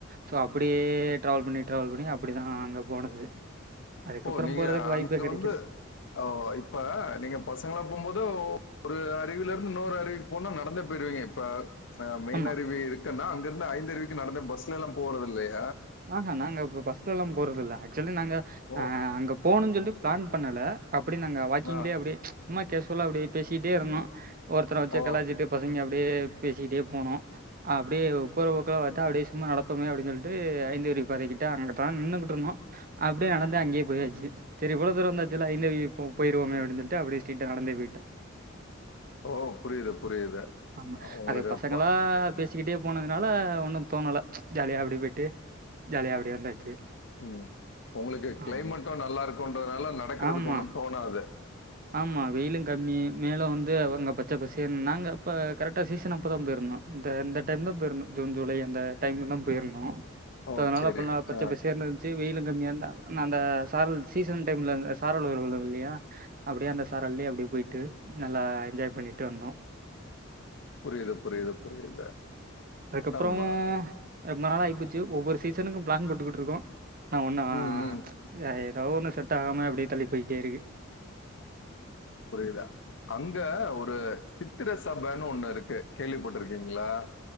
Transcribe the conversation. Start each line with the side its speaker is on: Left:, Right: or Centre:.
Right: சோ அப்டியே ட்ராவல் பண்ணி ட்ராவல் பண்ணி அப்டிதா அங்க போனது அதுக்கப்புறம்
Left: ஓ நீங்க
Right: போகிறதுக்கு வாய்ப்பே
Left: அங்க
Right: கிடைக்கல
Left: வந்து ஓ இப்ப நீங்க பசங்களா போவும்போது ஒரு அருவில இருந்து இன்னோரு அருவிக்கு போனா நடந்தே போயிருவீங்க இப்ப ஆ மெயின்
Right: ஆமாம்
Left: அருவி இருக்குன்னா அங்கருந்து ஐந்தருவிக்கு நடந்த பஸ்லைலா போறதுல்லையே
Right: ஆஹா நாங்க ப பஸ்லலா போறதுல்ல ஆக்சுவலி நாங்க
Left: ஓ
Right: அ அங்க போணுன் சொல்ட்டு ப்ளான் பண்ணல அப்டி நாங்க வாக்கிங்லே
Left: ஆ
Right: அப்டியே சும்மா கேஸ்வ்லா அப்டியே பேசிகிட்டே இருந்தோ ஒருத்தர வச்சே
Left: ஓ
Right: கலாய்ச்சிட்டு பசங்கெ அப்ட் அப்டியே பேசிக்கிட்டே போனோ அப்டியே போர போக்குல பாத்தா அப்டியே சும்மா நடப்போமே அப்டின் சொல்ட்டு து ஐந்தருவி பாறைகிட்ட அங்கதா நின்னுக்ட்டு இருந்தோ அப்டியே நடந்து அங்கே போயாச்சு சரி இவ்வளோ தூரோ வந்தாச் ந்த ஐந்தருவிக்கு போ போயிடுவோமே அப்டின் சொல்ட்டு அப்படி ஸ்ட்ரைட்டா நடந்தே போய்ட்டோ
Left: ஓ புரியுது புரியுது
Right: ஆமா
Left: உங்களுக்கு
Right: அது பசங்களா
Left: ப
Right: பேசு சிக்கிட்டே போனதுனால ஒன்னு தோணல ஜாலியா அப்டி போய்டு ஜாலியாக அப்டியே வந்தாச்சு
Left: உம் உங்களுக்கு கிளைமேட்டும்
Right: ஆமா.
Left: நல்லா இருக்கும்ன்றதுனால நடக்கறதுக்கு
Right: ஆமா.
Left: ஒண்ணு தோணாது
Right: ஆமா வெயிலு கம்மி மேலு வந்து அவங்க பச்சை பசேனு நாங்க அப்ப கரெக்டா சீசன் அப்போ தா போயிருந்தோ ந்த இந்த டைம்தா போயிர்ந்தோ ஜூன் ஜூலை அந்த டைம்ல தா போயிர்ந்தோ
Left: ஓ
Right: தனால
Left: சரி
Right: அப்ப பச்சைப்பசேர்ன்னுருந்ச்சு
Left: ஆ
Right: வெயில் லு கம்மியாந்தா நா அந்த சாரல் சீசன் டைம்லந்த சாரல் வருல்லையா அப்டியே அந்த சாரல்லயே அப்டி போயிட்டு நல்லா என்ஜாய் பண்ணிட்டு வந்தோ
Left: புரியுது புரியுது புரியுது
Right: அதுக்கப்புறோ
Left: ஆமா
Right: ரொம்ப நாளியிப்போச்சு ஒவ்வொரு சீசனுக்கும் பிளான் போட்டுக்கிட்டுருக்கோ நாவொன்னு
Left: ம், ம்.
Right: ஜாயத் லவ்வொன்னு செட்டாகாம அப்டியே தள்ளி போயிட்டேருக்கு
Left: புரில அங்க ஒரு சித்திர சபன்னு ஒண்ணு இருக்கு கேள்விப்பட்டிருக்கீங்களா